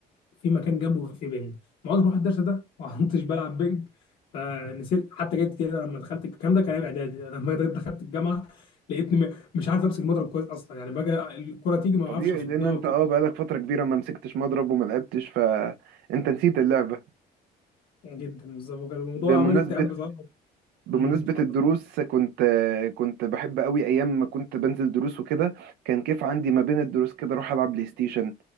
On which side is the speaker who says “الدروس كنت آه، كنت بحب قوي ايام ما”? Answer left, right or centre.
Right